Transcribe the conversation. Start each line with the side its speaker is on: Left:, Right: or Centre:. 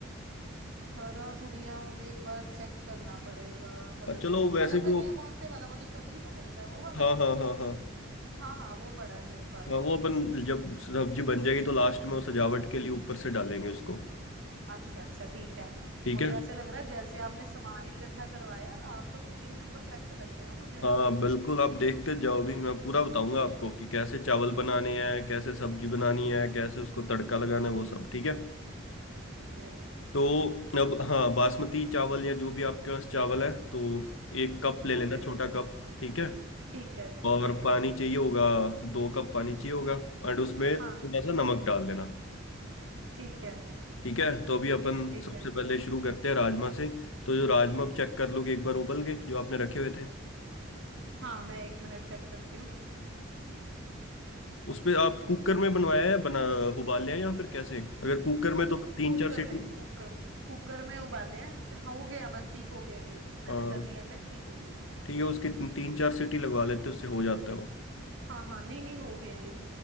Right: हरा धनिया मुझे एक बार चेक करना पड़ेगा हरा
Left: और चलो
Right: धनिया
Left: वैसे
Right: हरा
Left: भी
Right: धनिया
Left: वो
Right: कौन से वाला वो जो सब्जी में मिलता है वो वाला
Left: हाँ हाँ हाँ हाँ
Right: हाँ हाँ वो पड़ा है मेरे पास
Left: हाँ वो अपन जब सब्जी बन जाएगी तो लास्ट में वो सजावट के लिए ऊपर से डालेंगे उसको
Right: अच्छा अच्छा ठीक है
Left: ठीक
Right: मुझे
Left: है
Right: ऐसे लग रहा है जैसे आपने सामान ही इकट्ठा करवाया आप तो कुकिंग में परफेक्ट लग रहे हो मुझे
Left: हाँ बिल्कुल आप देखते जाओ भी मैं पूरा बताऊंगा आपको कि कैसे चावल बनाने हैं कैसे सब्जी बनानी है कैसे उसको तड़का लगाना है वो सब ठीक है
Right: ठीक है
Left: तो अब हाँ बासमती चावल या जो भी आपके पास चावल है तो एक कप
Right: वो
Left: ले लेना
Right: ले लेते
Left: छोटा
Right: हैं
Left: कप ठीक है
Right: ठीक है ठीक
Left: और
Right: है
Left: ठीक है पानी चाहिए होगा दो कप पानी चाहिए होगा एंड उसमें
Right: हाँ
Left: थोड़ा सा नमक डाल देना
Right: ठीक है
Left: ठीक है तो अभी अपन
Right: ठीक
Left: सबसे
Right: है
Left: पहले शुरू करते हैं राजमा से तो जो राजमा आप चेक कर लो कि एक बार उबल गए जो आपने रखे हुए थे
Right: हाँ मैं एक मिनट चेक करती हूँ
Left: उस पे आप कुकर में बनवाया है बना उबाल लिया है या फिर कैसे अगर कुकर में
Right: नहीं
Left: तो तीन
Right: कुकर
Left: चार सीटी
Right: में कुकर कुकर में उबाले हैं तो हाँ, हो गया बस ठीक हो गया ये मैंने
Left: हाँ
Right: कर लिया चेक ठीक हो गया
Left: ठीक है उसकी तीन चार सीटी लगवा लेते हैं उससे हो जाता है वो
Right: हाँ हाँ नहीं नहीं हो गया ये